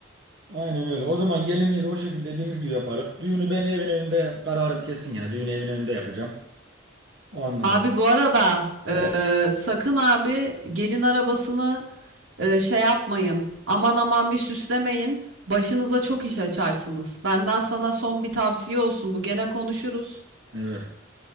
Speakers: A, on the right; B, on the right.
A: Aynen öyle. O zaman gelinliği de o şekilde dediğimiz gibi yaparız. Düğünü ben evin önünde kararım kesin ya. Düğünü evin önünde yapacağım. Ondan
B: Abi
A: sonra.
B: bu arada e, sakın abi gelin arabasını e, şey yapmayın. Aman aman bir süslemeyin. Başınıza çok iş açarsınız. Benden sana son bir tavsiye olsun. Bu gene konuşuruz.
A: Evet.